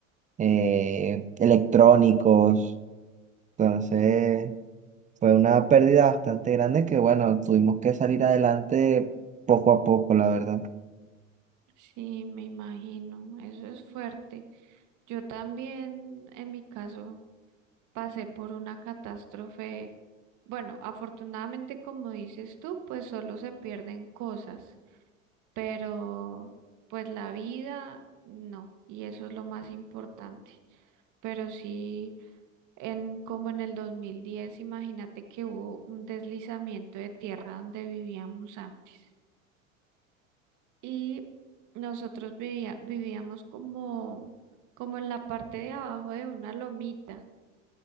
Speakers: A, on the right; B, on the right.
A: eh, electrónicos. Entonces fue una pérdida bastante grande que bueno, tuvimos que salir adelante poco a poco, la verdad.
B: Sí, me imagino, eso es fuerte. Yo también, en mi caso, pasé por una catástrofe. Bueno, afortunadamente, como dices tú, pues solo se pierden cosas, pero pues la vida no, y eso es lo más importante. Pero sí, en como en el 2010, imagínate que hubo un deslizamiento de tierra donde vivíamos antes. y nosotros vivía- vivíamos como, como en la parte de abajo de una lomita